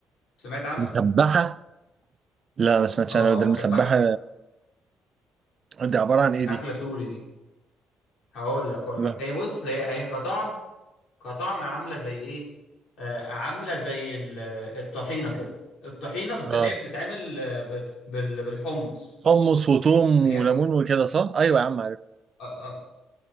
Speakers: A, on the left (about 80°); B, on the right (about 45°).
A: سمعت عنها
B: مسبحة لا ما سمعتش
A: اه
B: انا ده
A: مسبحه
B: المسبحة دي عبارة عن ايه دي؟
A: اكله سوري دي هقول لك اقول
B: لا
A: لك هي بص هي هي كطعم كطعم عامله زي ايه آه عامله زي ال- آه، الطحينه كده الطحينه بس
B: اه
A: هي بتتعمل آه، بال- بال- بالحمص
B: حمص وتوم
A: يعني
B: وليمون
A: هي
B: وكده صح؟ ايوه يا عم عارف
A: آه آه